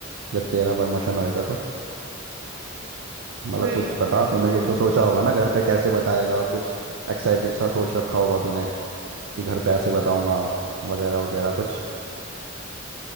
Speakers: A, on the right (about 65°); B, on the right (about 85°).
A: जब तेरा प्रमोशन होएगा तो मतलब
B: अरे
A: कुछ
B: ए,
A: बता तूने
B: कोई
A: कुछ तो सोचा होगा ना घर पे कैसे बताएगा कुछ एक्साइटेड सा सोच रखा होगा तूने कि घर पैसे बताऊंगा वगैरह वगैरह कुछ